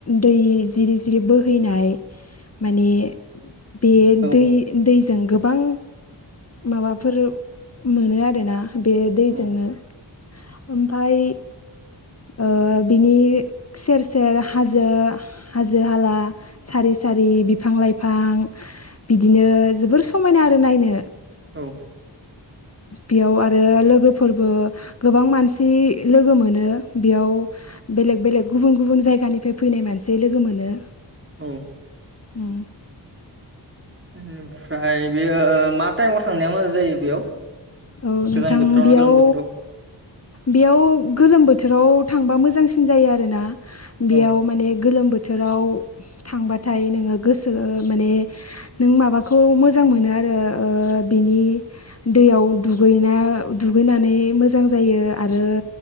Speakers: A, on the left (about 35°); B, on the right (about 30°).
A: दै जिरि- जिरि बोहैनाय माने बे
B: औ
A: दै- दैजों गोबां माबाफोर मोनो आरोना बे दैजोंनो।
B: औ
A: ओमफ्राय ओबिनि सेर- सेर हाजो हाजो-हाला सारि सारि बिफां-लाइफां बिदिनो जोबोर समायना आरो नायनो।
B: औ।
A: बेयाव आरो लोगोफोरबो गोबां मानसि लोगो मोनो। बेयाव बेलेग- बेलेग गुबुन गुबुन जायगानिफ्राय फैनाय मानसि लोगो मोनो।
B: औ।
A: उम।
B: ओमफ्राय बेयो मा टाइमाव थांनाया मोजां जायो बेयाव?
A: औ नोंथां
B: गोजां बोथोराव
A: बेयाव
B: ना गोलोम बोथोराव
A: बेयाव गोलोम बोथोराव थांबा मोजांसिन जायो आरोना बेयाव
B: औ
A: माने गोलोम बो बोथोराव थांबाथाय नोङो गोसो ओ माने नों माबाखौ मोजां मोनो आ ओ ओ बिनि दैयाव दुगैनो दुगैनानै मोजां जायो आरो